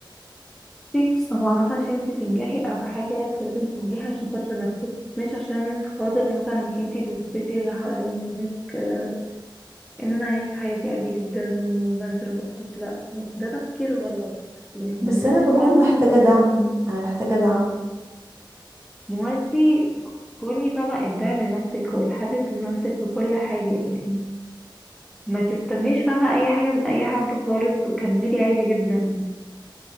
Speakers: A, in the centre; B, on the right.
A: بس هو عامة عشان انتي تنجحي أو حاجة انتي لازم تنجحي عشان خاطر نفسك مش عشان خاطر مثلا انك انتي تثبتي اللي حوالين منك آه، ان انا عايشة حياتي عادي جدا وبنزل وبخرج لا ده تفكير غلط يعني
B: بس
A: لازم
B: انا بكون
A: فاهمة
B: محتاجة دعم انا محتاجة دعم
A: ما هو انتي كوني فاهمة قدام لنفسك والحافز لنفسك وكل حاجة يعني ما تستنيش فاهمة أي حاجة من أي حد خالص وكملي عادي جدا